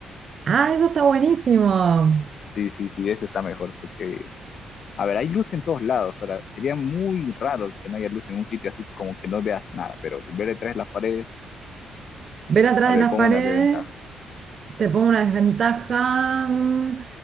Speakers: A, on the right; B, on the left.
A: Ah, eso está buenísimo.
B: Sí, sí, sí, eso está mejor, porque, a ver, hay luz en todos lados. Ahora, sería muy raro que no haya luz en un sitio así como que no veas nada, pero ver detrás de las paredes
A: Ver atrás
B: A
A: de
B: ver,
A: las
B: pongo
A: paredes
B: unas desventajas.
A: Te pongo una desventaja mm,